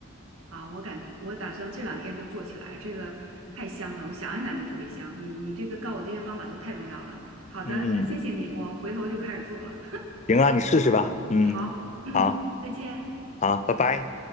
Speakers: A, on the right; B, on the left.
A: 啊，我感我打算这两天就做起来，这个太香了，我想一想就特别香。你你这个告我这些方法都太重要了。好的，
B: 嗯嗯，
A: 那谢谢你，
B: 嗯
A: 我回头就开始做了。
B: 行啊，你试试吧。嗯，
A: 好，嗯，
B: 好，
A: 再见。
B: 好，拜拜。